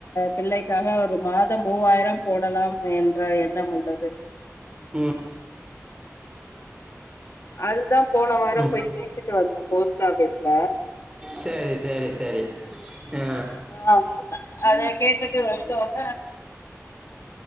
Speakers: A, on the left; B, on the right.
A: பிள்ளைக்காக ஒரு மாதம் மூவாயிரம் போடலாம் என்ற எண்ணம் உள்ளது
B: ம்
A: அதுதா போன வாரோ
B: அதுதா
A: போய் கேட்டுட்டு வந்த போஸ்ட் ஆஃபீஸ்ல
B: சரி சரி ஆ
A: ஆ அத கேட்டுட்டு வந்தோன